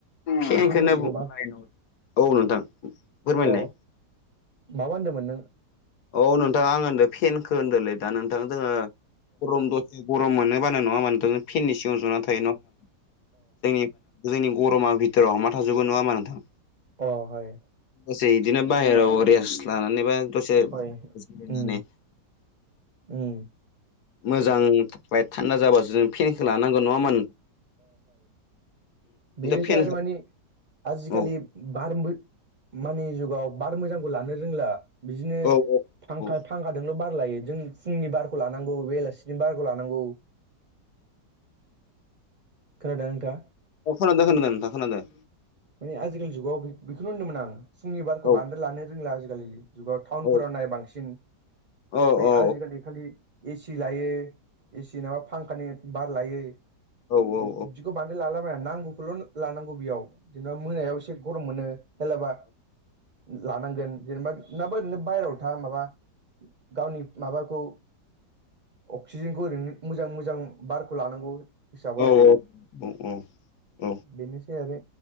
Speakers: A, on the left; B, on the right.
A: फेनखौनो
B: एसे मिथिगौबा
A: लाइनाव औ नोंथां फोरमायलाय।
B: अ माबा होनदोंमोन नों?
A: औ नोंथां आं होनदों फेनखो होनदोंलै दा नोंथां जोङो गरम दसे गरम मोनोबानो नङा मानोथों फेननि सिङाव जुनानै थायो नङा जोंनि जोंनि गरमा बिथोराव हमा थाजोबो नङामा नोंथां?
B: अ हाय
A: दसे बिदिनो बाहेरायाव रेस लानानैबा दसे
B: और
A: जिरायनानै
B: उम उम।
A: मोजां थान्दा जाबासो जों फेनखौ लानांगौ नङा होमबा नोंथां?
B: बेनोसै
A: फेन
B: आरो माने आजिखालि
A: औ
B: बार मानि जुगाव बार मोजांखौ लानो रोंला बिदिनो
A: औ औ
B: फांखा
A: औ
B: फांखाजोंल' बार लायो जों फुंनि बारखौ लानांगौ बेलासिनि बारखौ लानांगौ। खोनादों नोंथाङा?
A: खोनादादों खोनादों खोनादों।
B: माने आजिखालि जुगाव बेखौनो होनदोंमोन आं फुंनि बारखौ
A: औ
B: बांद्राय लानो रोंला आजिखालि जुगाव टाउनफोराव
A: औ
B: नाय बांसिन
A: औ
B: बै
A: औ
B: आजिखालि खालि एसि लायो एसि नाबा फांखानि बार लायो
A: औ
B: बिदिखौ
A: औ
B: बानाय म लालाबायना नांगौखौल' लानांगौ बेयाव जेनेबा मोनायाव एसे गरम मोनो। हेलाबा लानांगोन जेनेबा माबा ओरैनो बायहेरायाव था माबा गावनि माबाखौ अक्सिजेनखौ ओरैनो मोजां मोजां बारखौ लानांगौ। हिसाबाव
A: औ औ औ औ।
B: बेनोसै आरो